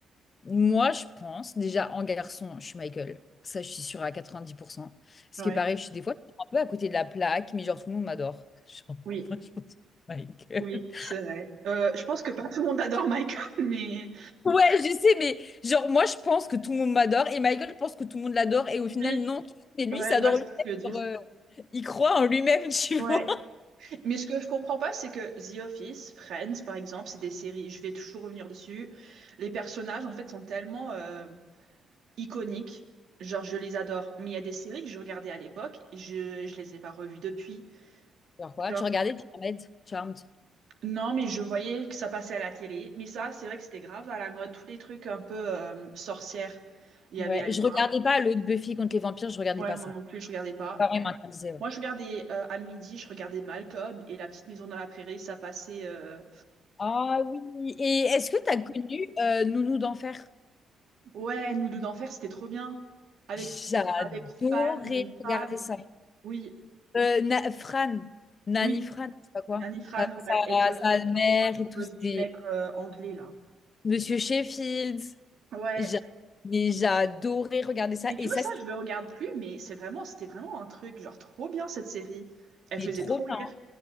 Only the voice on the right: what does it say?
Ouais,
oui,
oui, c'est
vrai. Euh, je pense que pas tout le monde adore Michael, <laughs> mais...
Oui.
Ouais,
je vois ce
que tu veux dire.
Ouais.
Mais ce que je comprends pas, c'est que The Office, Friends, par exemple, c'est des séries, je vais toujours revenir dessus. Les personnages, en fait, sont tellement euh, iconiques. Genre, je les adore. Mais il y a des séries que je regardais à l'époque, je, je les ai pas revues depuis.
Genre,
non, mais je voyais que ça passait à la télé. Mais ça, c'est vrai que c'était grave à la mode. Tous les trucs un peu euh, sorcières, il y
avait à l'époque.
Ouais,
moi
non plus, je regardais pas.
Moi, je regardais euh, à midi, je regardais Malcolm et La Petite Maison dans la Prairie, ça passait. euh,
Ouais, Nous deux d'enfer, c'était trop bien. Avec,
avec Fan, ou
Fran,
oui,
oui,
Nani Fran,
ouais, et que
cause
du mec euh, anglais là.
Ouais.
Mais tu
vois,
ça, je le regarde plus, mais c'est vraiment, c'était vraiment un truc, genre trop bien cette série. Elle
faisait
trop rire.